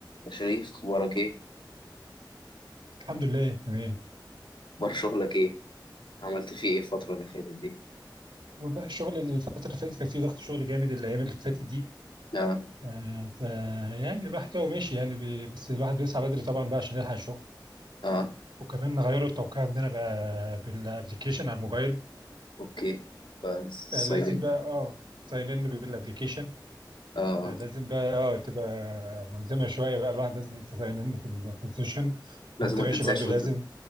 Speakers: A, on the left; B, on the right.
A: يا شريف اخبارك ايه
B: الحمد لله تمام
A: اخبار شغلك ايه عملت فيه ايه الفترة اللي فاتت دي
B: والله الشغل الفترة اللي فاتت كان فيه ضغط شغل جامد الأيام اللي فاتت دي
A: لا
B: آه، فيعني الواحد هو ماشي يعني بي- بس الواحد بيسعى بدري طبعا بقى عشان يلحق الشغل
A: اه
B: وكمان غيروا التوقيع عندنا بقى بالابلكيشن على الموبايل
A: اوكي بس
B: فلازم
A: صايلين
B: بقى اه ساين ان بالابلكيشن
A: اه
B: فلازم بقى اه تبقى ملزمة شوية بقى الواحد لازم تساين ان في البوزيشن
A: لازم
B: وانت
A: ما
B: ماشي
A: تنساش
B: برضو لازم
A: وانت اه